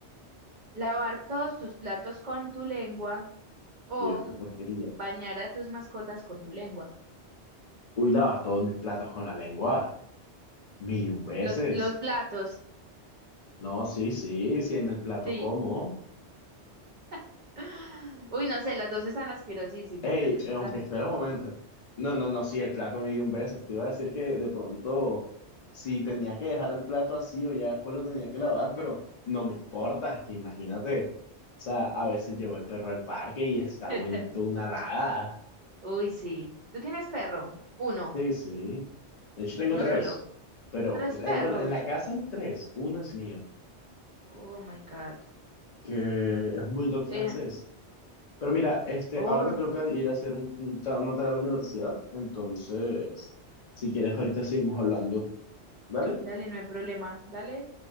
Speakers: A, on the right; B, on the left.
A: ¿Lavar todos tus platos con tu lengua o
B: Dios, qué porquería.
A: bañar a tus mascotas con tu lengua?
B: Uy, lavas todos mis platos con la lengua. Mil y un veces.
A: Los, los platos,
B: No, sí, sí, sí, en el plato
A: sí.
B: como.
A: <gasps> <laughs> Uy, no sé, las dos están asquerosísimas,
B: Ey,
A: las dos están.
B: aunque espera un momento. No, no, no, sí, el plato millón veces. Te iba a decir que de pronto, si tenía que dejar el plato así o ya después lo tenía que lavar, pero no me importa, es que imagínate. O sea, a veces llevo el perro al parque y está
A: <laughs>
B: vuelto una nada.
A: Uy, sí. ¿Tú tienes perro? Uno,
B: Sí, sí. De hecho, tengo
A: uno
B: tres.
A: solo.
B: Pero,
A: Tres
B: o sea,
A: perros.
B: eh, bueno, en la casa hay tres. Uno es mío,
A: Oh my God.
B: que es un bulldog francés.
A: Eh,
B: Pero mira, este,
A: oh,
B: ahora me tengo que ir a hacer un, un ta- una tarea a la universidad. Entonces, si quieres, ahorita seguimos hablando. ¿Dale?
A: dale, no hay problema. Dale.